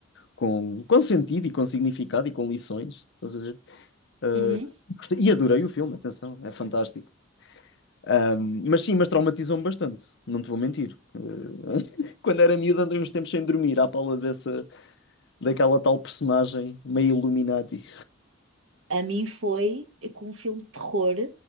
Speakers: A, on the left; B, on the right.
A: com, com sentido e com significado e com lições. Estás a ver? Ah,
B: Uhum.
A: gostei- e adorei o filme, atenção, é fantástico. Ah, mas sim, mas traumatizou-me bastante, não te vou mentir. Ah, <laughs> quando era miúdo andei uns tempos sem dormir à pala dessa, daquela tal personagem meio Illuminati.
B: A mim foi com um filme de terror